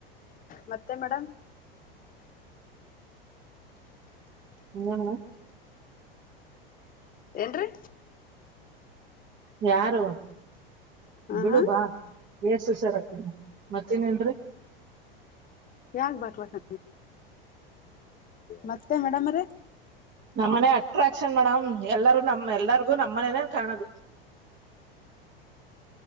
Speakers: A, on the left (about 30°); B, on the right (about 40°).
A: ಮತ್ತೆ ಮೇಡ್
B: ಹ್ಮ್
A: ಏನ್ರೀ
B: ಯಾರು
A: ಹ
B: ಬಿಳುಬಾ
A: ಹಾ
B: ಎಏಷ್ಟ ಹುಷಾರಾಗತೀನ ಮತ್ತನೇನ್ರಿ
A: ಯಾ ಬಲ ಮತ್ತೆ ಮೇಡಮ್ ಅವರೇ
B: ನಮ್ಮನೆ ಅಟ್ರಾಕ್ಷನ್ ಮೇಡಮ್ ಎಲ್ಲರ ನಮ ಎಲ್ಲರಿಗೂ ನಮ್ಮನೇನೇ ಕಾಣದು
A: <inaudible>